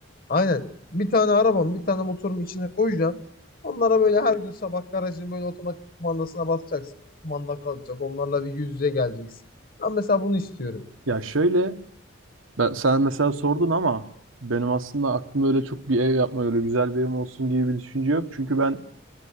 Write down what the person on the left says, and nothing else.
Aynen. Bir tane arabam, bir tane motorum içine koyacağım. Onlara böyle her gün sabah garajın böyle otomatik kumandasına basacaksın. O kumanda kalacak. Onlarla bir yüz yüze geleceksin. Ben mesela bunu istiyorum.